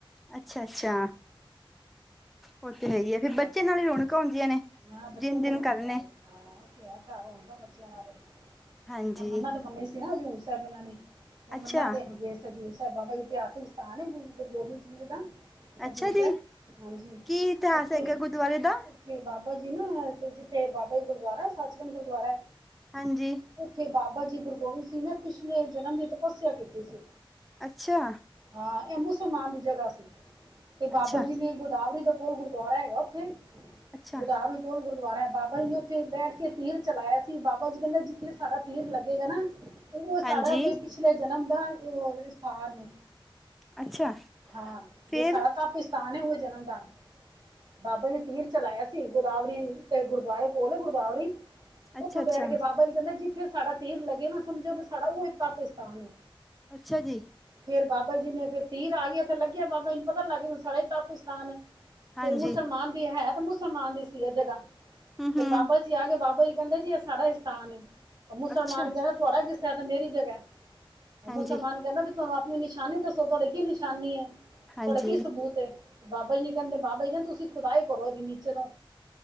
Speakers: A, in the centre; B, on the right (about 50°).
A: ਅੱਛਾ-ਅੱਛਾ ਉਹ ਤੇ ਹੈ ਹੀ ਹੈ ਫਿਰ ਬੱਚੇ
B: ਹੋਰ
A: ਨਾਲ ਹੀ ਰੌਣਕਾ ਹੁੰਦੀਆਂ ਨੇ
B: ਹਾਂ ਬੱਚਿਆਂ
A: ਦਿਨ ਦਿਨ
B: ਨੂੰ ਤਾਂ ਰੌਣਕ
A: ਕਰਨੇ।
B: ਹੈ ਹੀ ਹਾਂ ਉਹ ਤੇ ਹੈ ਘਰ ਰੌਣਕਾ ਬੱਚਿਆਂ ਨਾਲ ਏ
A: ਹਾਂਜੀ
B: ਅ ਮੰਨਤ ਤੇ ਮੰਨੀ ਸੀ ਨਾ ਹਜੂਰ ਸਭਨਾਂ ਲਈ ਇਹਨਾਂ ਨੇ ਹੁਣ
A: ਅੱਛਾ
B: ਮੰਨਾ ਦੇਨ ਗਏ ਸੀ ਹਜੂਰ ਸਾਹਿਬ ਬਾਬਾ ਇਤਿਹਾਸਿਕ ਸਥਾਨ ਏ ਗੁਰੂ ਗੁਰੂ ਗੋਬਿੰਦ ਸਿੰਘ ਜੀ ਦਾ
A: ਅੱਛਾ
B: ਹਜੂਰ
A: ਜੀ
B: ਸਾਹਿਬ ਹਾਂਜੀ।
A: ਕੀ ਇਤਿਹਾਸ
B: ਓਥੇ
A: ਹੈਗਾ ਗੁਰਦੁਆਰੇ ਦਾ
B: ਤੇ ਬਾਬਾ ਜੀ ਨਾ ਜਿੱਥੇ ਬਾਬਾ ਜੀ ਗੁਰਦੁਆਰਾ ਸੱਚਖੰਡ ਗੁਰਦਆਰਾ।
A: ਹਾਂਜੀ
B: ਉੱਥੇ ਬਾਬਾ ਜੀ ਗੁਰੂ ਗੋਬਿੰਦ ਸਿੰਘ ਨੇ ਪਿਛਲੇ ਜਨਮ ਚ ਤਪੱਸਿਆ ਕੀਤੀ ਸੀ।
A: ਅੱਛਾ।
B: ਹਾਂ ਇਹ ਮੁਸਲਮਾਨ ਦੀ ਜਗ੍ਹਾ ਸੀ ਤੇ
A: ਅੱਛਾ
B: ਬਾਬਾ ਜੀ ਨੇ ਗੋਦਾਵਰੀ ਦੇ ਕੋਲ ਗੁਰ ਗੁਰਦੁਆਰਾ ਹੈਗਾ ਉੱਥੇ
A: ਅੱਛਾ
B: ਗੁਦਾਵਰੀ ਕੋਲ ਗੁਰਦੁਆਰਾ ਹੈ। ਬਾਬਾ ਜੀ ਨੇ ਉੱਥੇ ਬੈਠ ਕੇ ਤੀਰ ਚਲਾਇਆ ਸੀ। ਬਾਬਾ ਜੀ ਕਹਿੰਦੇ ਜਿੱਥੇ ਸਾਡਾ ਤੀਰ ਲੱਗੇਗਾ ਨਾ। ਉਹ
A: ਹਾਂਜੀ
B: ਸਾਡਾ ਬ ਪਿਛਲੇ ਜਨਮ ਦਾ ਉਹ ਸਥਾਨ ਏ।
A: ਅੱਛਾ
B: ਹਾਂ
A: ਫੇਰ
B: ਬੀ ਸਾਡਾ ਟੱਪੀ ਸਥਾਨ ਹੈ ਉਹ ਜਨਮ ਦਾ ਬਾਬਾ ਜੀ ਨੇ ਤੀਰ ਚਲਾਇਆ ਸੀ। ਗੋਦਾਵਰੀ ਤੇ ਗੁਰਦੁਆਰੇ ਕੋਲ ਗੋਦਾਵਰੀ
A: ਅੱਛਾ
B: ਉੱਥੇ
A: ਅੱਛਾ
B: ਬੈਠ ਕੇ ਬਾਬਾ ਜੀ ਕਹਿੰਦੇ। ਜਿੱਥੇ ਸਾਡਾ ਤੀਰ ਲੱਗੇ ਨਾ ਓਹਨੂੰ ਸਮਝੋ ਵੀ ਸਾਡਾ ਉਹ ਹੀ ਤਪਸਥਾਨ ਏ
A: ਅੱਛਾ ਜੀ
B: ਫੇਰ ਬਾਬਾ ਜੀ ਨੇ ਫਿਰ ਤੀਰ ਆ ਗਿਆ ਤੇ ਲੱਗਿਆ ਬਾਬਾ ਜੀ ਨੂੰ ਪਤਾ ਲੱਗ ਗਿਆ ਸਾਡਾ ਤਪਿਸ ਥਾਨ
A: ਹਾਂਜੀ
B: ਫਿਰ ਮੁਸਲਮਾਨ ਦੀ ਹੈ ਤਾਂ ਮੁਸਲਮਾਨ ਦੀ ਸੀ ਇਹ ਜਗ੍ਹਾ ਫੇਰ
A: ਹਮ ਹਮ
B: ਬਾਬਾ ਆ ਗਏ, ਬਾਬਾ ਜੀ ਕਹਿੰਦੇ ਜੀ ਇਹ ਸਾਡਾ ਇਸਥਾਨ ਏ ਮੁਸਲਮਾਨ
A: ਅੱਛਾ
B: ਕਹਿੰਦਾ ਤੁਹਾਡਾ ਕਿਸ ਤਰ੍ਹਾਂ ਇਹ ਮੇਰੀ ਜਗ੍ਹਾ ਐ ਉਹ
A: ਹਾਂਜੀ
B: ਮੁਸਲਮਾਨ ਕਹਿੰਦਾ ਵੀ ਤੁਹਾਨੂੰ ਆਪਣੀ ਨਿਸ਼ਾਨੀ ਦੱਸੋ ਤੁਹਾਡੀੇ ਕੀ ਨਿਸ਼ਾਨੀ ਏ?
A: ਹਾਂਜੀ
B: ਤੁਹਾਡਾ ਕੀ ਸਬੂਤ ਏ? ਬਾਬਾ ਜੀ ਨੇ ਕਹਿੰਦੇ, ਬਾਬਾ ਜੀ ਕਹਿੰਦੇ ਤੁਸੀਂ ਨਾ ਖੁਦਾਈ ਕਰੋ ਇਹਦੀ ਨੀਚੇ ਤੋਂ